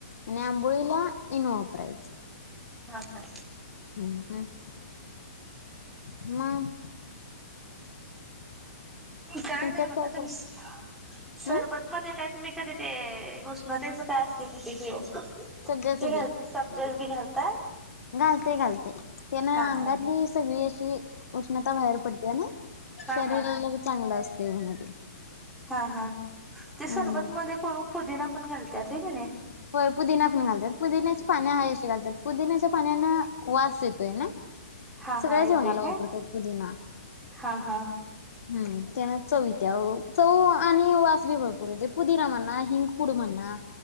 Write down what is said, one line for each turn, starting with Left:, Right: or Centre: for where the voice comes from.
Left: आणि आंबोळीला इनो वापरायचं.
Centre: हा का?
Left: हम्म <inaudible> मग.
Centre: <inaudible> काय
Left: तुमच्यात
Centre: नाय मग आता,
Left: कर
Centre: मिस सरबत
Left: हं
Centre: मध्ये काय तुम्ही कधी ते, उष्णतेचं काय असते तिथे घ
Left: सब्जाचं
Centre: हे घाल,
Left: बी
Centre: सब्जस बी घालताय?
Left: घालतय, घालतय, त्यानं
Centre: हा
Left: अंगातली
Centre: हा
Left: सगळी अशी उष्णता बाहेर पडते आणि
Centre: हा
Left: शरीराला
Centre: हा
Left: बी चांगलं असतय, म्हना ते.
Centre: हां हां, ते
Left: हम्म
Centre: सरबत मध्ये कोण पुदिना पण घालत्यात, होय की नही?
Left: होय पुदिना पण घालत्यात, पुदिन्याची पानं आहे अशी घालतात, पुदिन्याच्या पाण्यान वास येतोय ना?
Centre: हां
Left: सगळ्या
Centre: हां
Left: जेवणाला
Centre: येतोय काय?
Left: वापरतात पुदिना
Centre: हां हां.
Left: हम्म. त्यान चव ईत्या व चवू आणि वासबी भरपूर येतो, पुदिना म्हणा, हिंंगपूड म्हना.